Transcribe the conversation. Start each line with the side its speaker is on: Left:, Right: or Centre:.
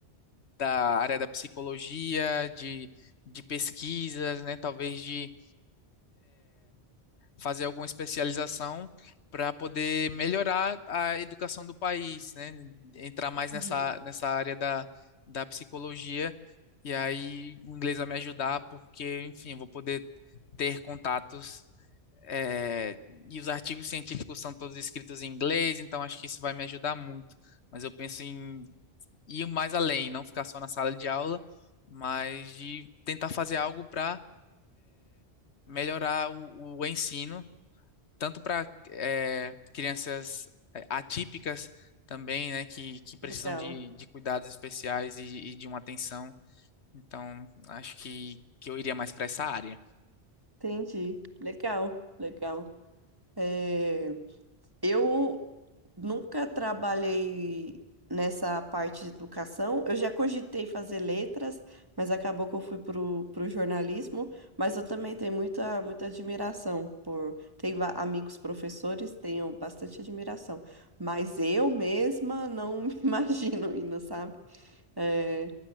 Left: da área da psicologia, de, de pesquisas, né? Talvez de fazer alguma especialização para poder melhorar a educação do país, né? Entrar mais nessa,
Right: Uhum,
Left: nessa área da, da psicologia e aí o inglês vai me ajudar porque, enfim, eu vou poder ter contatos É, e os artigos científicos são todos escritos em inglês, então acho que isso vai me ajudar muito. Mas eu penso em ir mais além, não ficar só na sala de aula, mas de tentar fazer algo para melhorar o, o ensino, tanto para crianças é, atípicas também, né, que, que precisam
Right: legal.
Left: de, de cuidados especiais e, e de uma atenção. Então, acho que, que eu iria mais para essa área.
Right: Entendi. Legal, legal. É, Eu nunca trabalhei nessa parte de educação. Eu já cogitei fazer letras, mas acabou que eu fui pro, pro jornalismo. Mas eu também tenho muita, muita admiração por. Tenho va- amigos professores, tenho bastante admiração. Mas eu mesma não <laughs> me imagino indo, sabe? É,